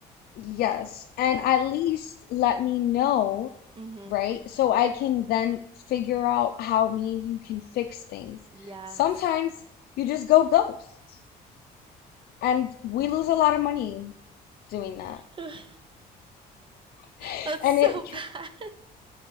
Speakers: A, on the left; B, on the right.
A: Yes, and at least let me know,
B: Mhm.
A: right? So
B: Mm,
A: I can then figure out how me and you can fix things.
B: yes.
A: Sometimes you just go ghost, and we lose a lot of money doing that.
B: <laughs>
A: <laughs>
B: That's
A: And
B: so
A: it
B: bad.